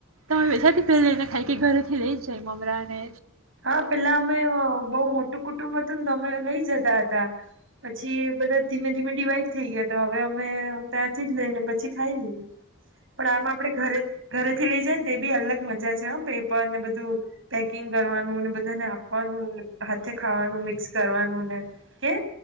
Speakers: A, on the right; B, on the right.
A: તમેાથી પેલા એને ખાઈ કે ઘરે થી લઈ જાય મમરાને.
B: હા પેલા અમે બઉ મોટી. ટુ કુટુંબ હતું ને તો અમે લઈ જતા હતા પછી બધા ધીમે ધીમે ડીવાઈડ થઈ ગયા હતા હવે અમે ત્યાંથી જ લઈ ને પછી ખાઈ લઈએ. પણ આમાં આપડે ઘરે ઘરેથી લઈ જાય ને તો બી અલગ મજા છે પેપર ને બધું પેકિંગ કરવાનું બધાને આપવાનું હાથે ખાવાનું મિક્સ કરવાનું ને કે